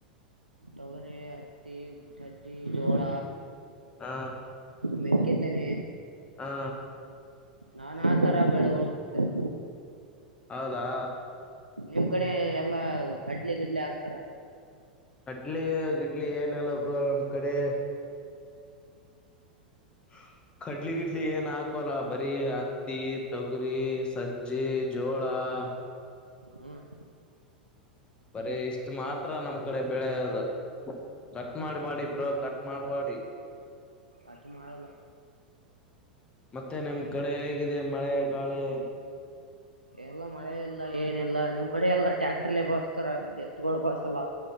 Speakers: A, on the right; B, on the left.
A: ತೊಗರಿ ಹತ್ತಿ ಚಾಜ್ಜಿ ಜೋಳ
B: ಹಾ
A: ಮೇಕೆತನೆ
B: ಹಾ
A: ನಾ ಆ ತರ ಬೆಳಗಳ್ಬತೇನೆ
B: ಹೌದಾ
A: ನಿಮ್ ಕಡೆ ಎಲ್ಲಾ ಕಡ್ಲಿ ಗಿಡ್ಲಿ ಹಾಕ್ತಾರ
B: ಕಡ್ಲೆ ಗಿಡ್ಲೆ ಏನೆಲ್ಲ ಬರು ನಮ್ ಕಡೆ ಹ್ಮ ಕಡ್ಲಿ ಗಿಡ್ಲಿ ಏನ್ ಹಾಕಲ್ಲ ಬರಿ ಹತ್ತಿ ತೊಗರಿ ಸಜ್ಜಿ ಜೋಳ ಹ <inaudible>
A: ಹ್ಮ್
B: ಬರಿೀ ಇಷ್ಟ ಮಾತ್ರ ನಮ್ ಕಡೆ ಬೆಳೆಯದು. ಕಟ್ ಮಾಡಿ ಬ್ರೊ ಕಟ್ ಮಾಡ್ ಮಾಡಿ.
A: ಆಟು ಮಾಡಲ್ಲ
B: ಮತ್ತೆ ನಿಮ್ ಕಡೆ ಹೇಗಿದೆ ಮಳೆ ಗಾಳಿ.
A: ಎಲ್ಲ ಮಳೆ ಇಲ್ಲ ಏನ ಇಲ್ಲ ನಿಮ್ ಕಡೆ ಎಲ್ಲ ಟ್ಯಾಕ್ಟರ್ಲ್ಲ ಬಳಸ್ತಾರ ಎತ್ಗಳು ಬಳಸಲ್ಲ.